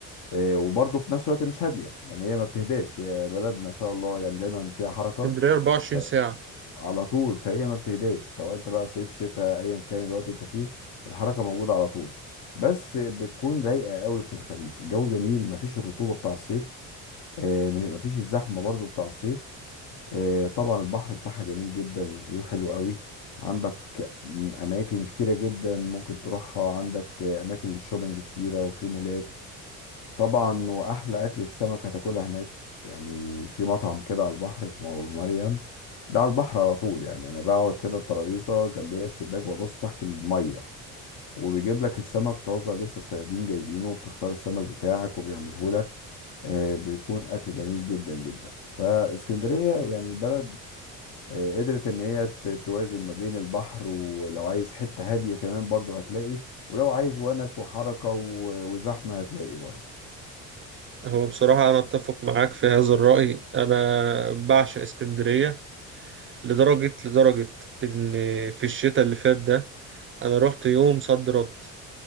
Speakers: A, on the left (about 60°); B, on the right (about 30°).
A: آه، وبرضه في نفس الوقت مش هاديه يعني هي ما بتهداش هي بلد ما شاء الله يعني دايما فيها حركه
B: اسكندرية 24
A: ف-
B: ساعة
A: على طول فهي ما بتهداش سواء انت بقى صيف شتاء ايا كان الوقت انت فيه الحركه موجوده على طول بس بتكون رايقه قوي في الخريف الجو جميل ما فيش الرطوبه بتاع الصيف آه، ما فيش الزحمه برضو بتاع الصيف آه، طبعا البحر بتاعها جميل جدا والفيو حلو قوي عندك م- اماكن كتيره جدا ممكن تروحها عندك آه، اماكن للشوبينج كتيره وفي مولات طبعا واحلى اكله سمك هتاكلها هناك يعني في مطعم كده على البحر اسمه ابو مريم ده على البحر على طول يعني انا بقعد كده الترابيزه جنبيها الشباك وابص تحت الميه وبيجيب لك السمك طازه لسه الصيادين جايبينه وبتختار السمك بتاعك وبيعمله لك آه، بيكون اكل جميل جدا جدا فاسكندريه يعني بلد آه، قدرت ان هي ت- توازن ما بين البحر ولو عايز حتة هادية كمان برضه هتلاقي ولو عايز ونس وحركة و- وزحمة هتلاقي برضه
B: هو بصراحة أنا أتفق معاك في هذا الرأي أنا بعشق اسكندرية لدرجة لدرجة إن في الشتاء اللي فات ده أنا رحت يوم صد رد